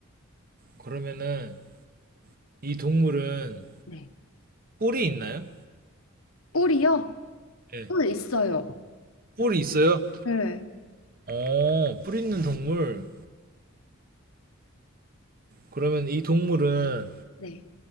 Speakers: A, on the right; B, on the left.
A: 그러면은, 이 동물은
B: 네.
A: 뿔이 있나요?
B: 뿔이요?
A: 예.
B: 뿔 있어요.
A: 뿔이 있어요?
B: 네.
A: 어, 뿔 있는 동물. 그러면 이 동물은,
B: 네.